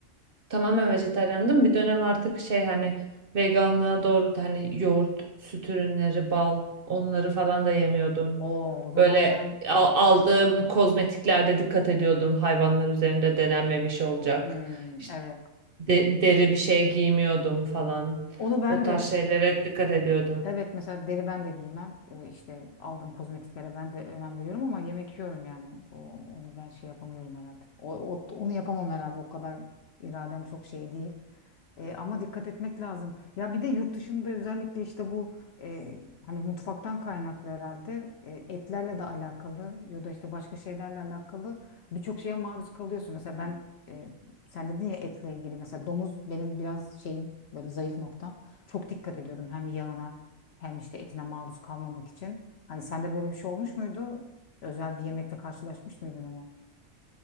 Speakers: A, on the right (about 50°); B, on the left (about 60°).
A: tamamen vejetaryandım. Bir dönem artık şey hani veganlığa doğru da hani yoğurt, süt ürünleri, bal onları falan da yemiyordum.
B: Oo, o zaman
A: Böyle
B: sen
A: al- aldığım kozmetiklerde dikkat ediyordum. Hayvanlar üzerinde denenmemiş olacak.
B: Hmm,
A: İşte
B: evet.
A: de- deri bir şey giymiyordum falan.
B: Onu ben
A: O tarz
B: de
A: şeylere dikkat ediyordum.
B: Evet mesela deri ben de giymem. Ee, işte aldığım kozmetiklere ben de önem veriyorum ama yemek yiyorum yani. O, onu ben şey yapamıyorum herhalde. O, o- onu yapamam herhalde. O kadar iradem çok şey değil. E, ama dikkat etmek lazım. Ya bir de yurt dışında özellikle işte bu e, hani mutfaktan kaynaklı herhalde e, etlerle de alakalı ya da işte başka şeylerle alakalı birçok şeye maruz kalıyorsun. Mesela ben e, sen dedin ya etle ilgili mesela domuz benim biraz şeyim böyle zayıf noktam. Çok dikkat ediyordum hem yağına hem işte etine maruz kalmamak için. Hani sende böyle bir şey olmuş muydu? Özel bir yemekle karşılaşmış mıydın hani?